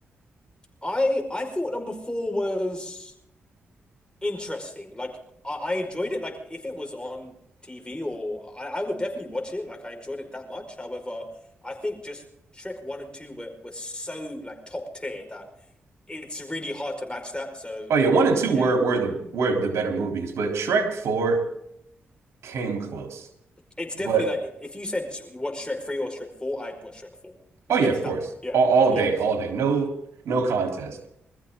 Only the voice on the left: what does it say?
I I thought number four was interesting. Like I, I enjoyed it. Like if it was on TV or I, I would definitely watch it. Like I enjoyed it that much. However, I think just Shrek one and two were, were so like top tier that it's really hard to match that. So
yeah,
it's definitely
like if you said watch Shrek three or Shrek four, I'd watch Shrek four.
<laughs>
yeah,
yeah,